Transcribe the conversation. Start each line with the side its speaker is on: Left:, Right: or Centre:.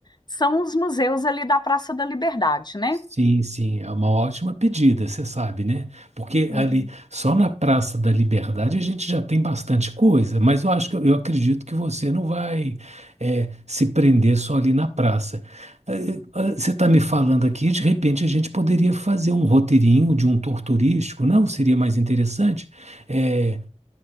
Left: são os museus ali da Praça da Liberdade, né?
Right: Sim, sim, é uma ótima pedida, você sabe, né? Porque
Left: Uhum.
Right: ali, só na Praça da Liberdade a gente já tem bastante coisa, mas eu acho que eu acredito que você não vai é, se prender só ali na praça. Eh, eh, ah, Você está me falando aqui, de repente a gente poderia fazer um roteirinho de um tour turístico, não? Seria mais interessante? Eh,